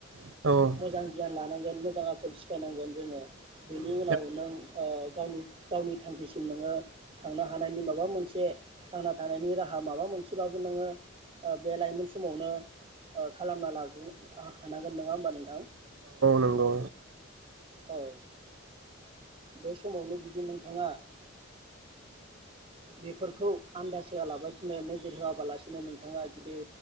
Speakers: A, on the right; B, on the right.
A: औ
B: मोजां गियान लानांगोन मोजां आखल सिखायनांगोन जोङो बेनि
A: औ
B: उनाव नों ओ गावनि गावनि थांखिसिम नोङो थांनो हानायनि माबा मोनसे थांना थानायनि राहा माबा मोनसेबाबो नोङो बे लाइमोन समावनो खालामना लाग्रो हानांगोन नङा होमबा नोंथां
A: नंगौ
B: औ बे समावनो जुदि नोंथाङा बेफोरखौ ओ आन्दाज होआलाबसिनो नोजोर होआबालासिनो नोंथाङा जुदि